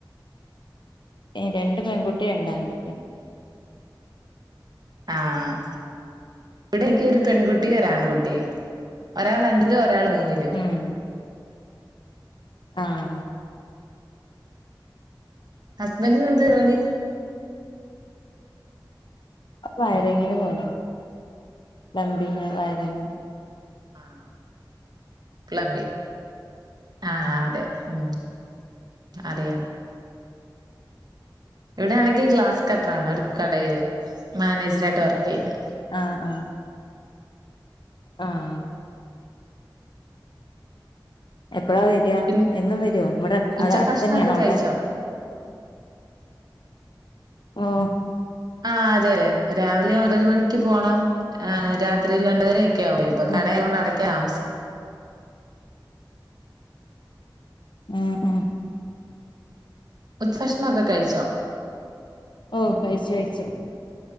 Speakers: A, on the left (about 70°); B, on the right (about 55°).
A: രണ്ട് പെൺകുട്ടിണ്ട് രണ്ടാൺകുട്ടിണ്ട്
B: ആഹ് ഇവിടേക്ക് ഒരു പെൺകുട്ടി ഒരാൺകുട്ടി ഒരാൾ രണ്ടില് ഒരാൾ മൂന്നില്
A: ഉം ആഹ്
B: ഹസ്ബന്റിന് എന്താ ജോലി
A: വയറിങ്ങിന് പോലാ പ്ലമ്പിങ്ങ് വയറിങ്
B: ആഹ് പ്ലബി ആഹ് അതെ ഉം അറിയാം ഇവിടെ ആണെങ്കി ഗ്ലാസ് കട്ടറാണ് ഒരു കടയില് മാനേജറായിട്ട് വർക്ക്യ്യ്ണ്
A: ആഹ് ആഹ് ആഹ് എപ്പഴാ വരാ
B: പിന്നെ
A: എന്നും വരോ ഇവടെ അട്
B: ഉച്ചഭക്ഷണൊക്കെ
A: ഔടെ അടുത്തന്നെയാണോ അവിടെ
B: കഴിച്ചോ
A: ഓഹ്
B: ആഹ് അതെ അതെ രാവിലെ ഒമ്പത് മണിക്ക് പോണം ആ രാത്രിയിൽ ഒൻമ്പതര ക്യാവും വര്മ്പോ
A: ഉം
B: കടേകൊണ്ട്ടക്കാ താമസ്
A: ഉം ഉം
B: ഉച്ചഭഷ്ണൊക്കെ കഴിച്ചോ
A: ഓഹ് കഴിച്ചു കഴിച്ചു